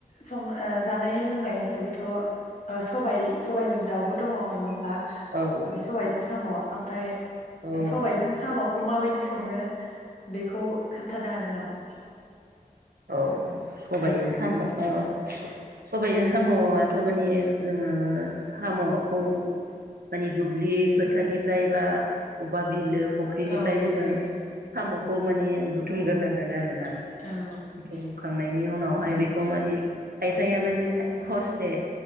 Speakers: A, on the left; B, on the right.
A: सं ओ जानाय लोंनाय हिसाबैथ' ओ सबाइ सबाइजों दाउबो दङ' नङा होमबा।
B: औ
A: ओमफाय सबाइजों साम' ओमफाय
B: औ
A: ओ सबाइजों साम' खौ माबायदि सङो बेखौ खोन्थानो हागोन नामा?
B: औ सबाइजों
A: औ
B: साम' ओ
A: औ
B: सबाइजों साम'आथ' माने जोङो साम'खौ माने दुब्लि फोथारनिफ्राय बा अबबा बिलो फख्रिनिफ्राय
A: औ
B: जोङो
A: बिलो
B: साम'खौ माने बु थुमगोरनांगोन आरोना
A: औ
B: थुम खांनायनि उनावहाय बेखौ माने खायफाया माने सा हरसे।